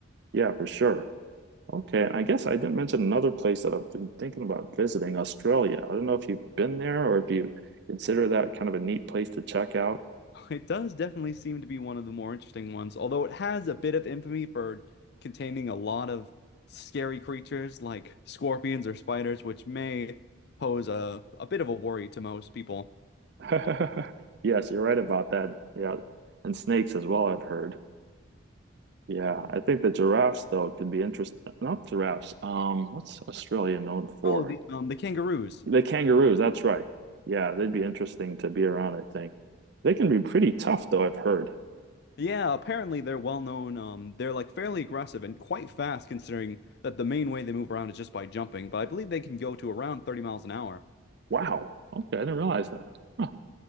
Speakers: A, on the right; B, on the left.
A: Yeah, for sure. Okay, and I guess I didn't mention another place that I've been thinking about visiting, Australia. I don't know if you've been there or if you consider that kind of a neat place to check out.
B: <laughs> It does definitely seem to be one of the more interesting ones, although it has a bit of infamy for containing a lot of scary creatures like scorpions or spiders, which may pose a, a bit of a worry to most people.
A: <laughs> Yes, you're right about that. Yeah, and snakes as well, I've heard. Yeah, I think the giraffes though could be interesting. Not giraffes. Um, what's Australia known for?
B: Oh, the um the kangaroos.
A: The kangaroos, that's right. Yeah, they'd be interesting to be around, I think. They can be pretty tough though, I've heard.
B: Yeah, apparently they're well known. Um, they're like fairly aggressive and quite fast, considering that the main way they move around is just by jumping. But I believe they can go to around 30 miles an hour.
A: Wow. Okay, I didn't realize that. Huh,